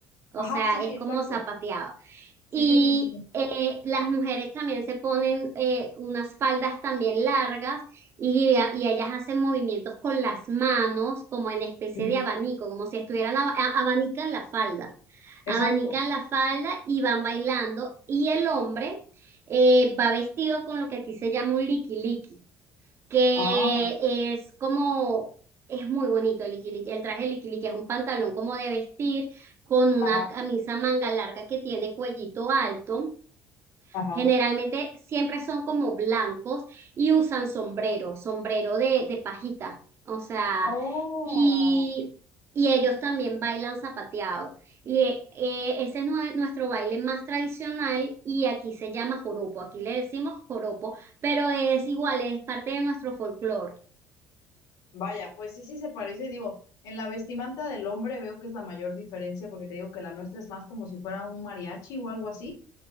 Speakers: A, on the right; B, on the left.
A: o
B: Ajá,
A: sea,
B: sí, sí,
A: es
B: exacto.
A: como zapateado.
B: Sí,
A: Y
B: sí, sí, sí. sí.
A: eh, las mujeres también se ponen eh, unas faldas también largas y, y ellas hacen movimientos con las manos como en especie
B: Ujú,
A: de abanico, como si estuvieran ab- a- abanican la falda.
B: Exacto.
A: Abanican la falda y van bailando y el hombre eh, va vestido con lo que aquí se llama un liquiliqui que
B: Ah,
A: es como, es muy bonito el liquiliqui, el traje liquiliqui es un pantalón como de vestir con una
B: ajá,
A: camisa manga larga que tiene cuellito alto
B: ajá.
A: Generalmente siempre son como blancos y usan sombrero, sombrero de, de pajita. O sea,
B: Oh.
A: y, y ellos también bailan zapateado. Y eh, ese es nue- nuestro baile más tradicional y aquí se llama joropo. Aquí le decimos joropo, pero es igual, es parte de nuestro folclore.
B: Vaya, pues sí, sí se parece, digo, en la vestimenta del hombre veo que es la mayor diferencia porque te digo que la nuestra es más como si fuera un mariachi o algo así,